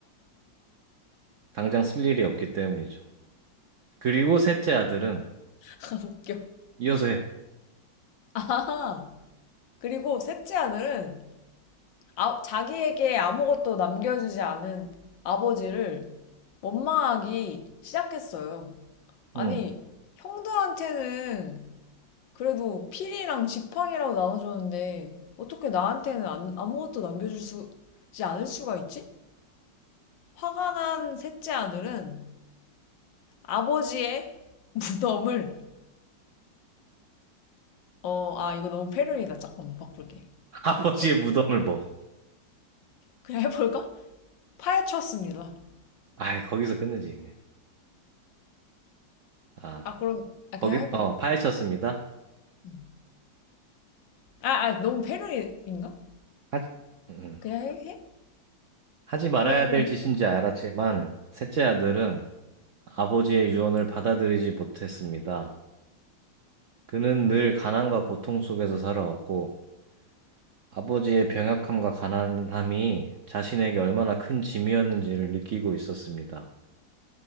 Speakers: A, on the right; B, on the left.
A: 당장 쓸 일이 없기 때문이죠. 그리고 셋째 아들은
B: <laughs> 웃겨.
A: 이어서 해.
B: 아, 그리고 셋째 아들은 아, 자기에게 아무것도 남겨주지 않은 아버지를 원망하기 시작했어요. 아니,
A: 응.
B: 형들한테는 그래도 필이랑 지팡이라고 나눠줬는데 어떻게 나한테는 안- 아무것도 남겨주지 않을 수가 있지? 화가 난 셋째 아들은 아버지의 <laughs> 무덤을 어, 아 이거 너무 패륜이다. 잠깐만 바꿀게.
A: <laughs> 아버지의
B: 셋-
A: 무덤을 뭐.
B: 그냥 해볼까? 파헤쳤습니다.
A: 아이, 거기서 끝내지, 그냥. 아,
B: 아 그럼 아
A: 거기,
B: 그냥 해보자.
A: 어, 파헤쳤습니다.
B: 음. 아, 아 너무 패륜인가?
A: 하지, 음,
B: 그냥 해, 해?
A: 하지 말아야
B: 그래 그냥
A: 될 짓인지
B: 해.
A: 알았지만, 셋째 아들은 아버지의 유언을 받아들이지 못했습니다. 그는 늘 가난과 고통 속에서 살아왔고, 아버지의 병약함과 가난함이 자신에게 얼마나 큰 짐이었는지를 느끼고 있었습니다.